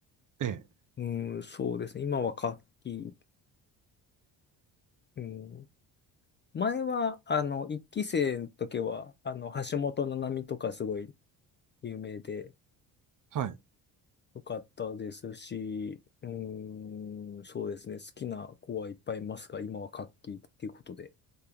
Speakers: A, on the right; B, on the left.
A: ええ、
B: うん、そうですね。今は夏季、うん。前は、あの、一期生の時は、あの、橋本七海とかすごい有名で、
A: はい。
B: よかったですし、うん、そうですね。好きな子はいっぱいいますが、今は夏季っていうことで。